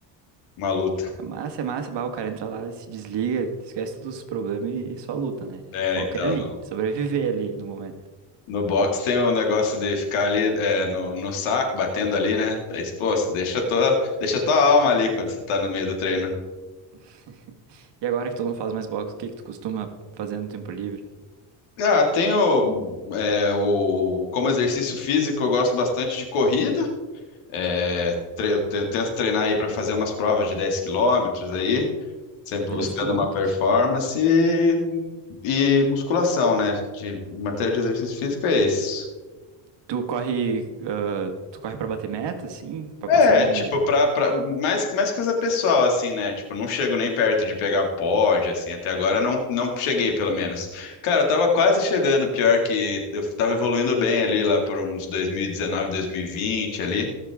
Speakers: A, on the left; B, on the right.
A: Uma luta.
B: É massa, é massa, bah, o cara entra lá, se desliga, esquece todos os problemas e só luta, né?
A: É,
B: O foco
A: então,
B: é ali,
A: no,
B: sobreviver ali no momento.
A: no box tem o negócio de ficar ali é, no, no saco, batendo ali, né? Aí, pô, você deixa tua, deixa tua alma ali quando você tá no meio do treino.
B: <laughs> E agora que tu não faz mais boxe, o que que tu costuma fazer no tempo livre?
A: Ah, tenho é, o, como exercício físico, eu gosto bastante de corrida. É, tre- eu te- tento treinar aí para fazer umas provas de 10 quilômetros aí, sempre
B: 10
A: buscando
B: quilômetros?
A: uma performance e, e musculação, né? De matéria de exercício físico é isso.
B: Tu corre, ah, tu corre pra bater meta, sim, Pra
A: É,
B: passar em algum.
A: tipo, pra, pra, mais, mais coisa pessoal, assim, né? Tipo, não chego nem perto de pegar pod, assim, até agora não, não cheguei, pelo menos. Cara, eu tava quase chegando, pior que eu tava evoluindo bem ali, lá por uns dois dois mil mil e dezenove, dois mil e vinte ali.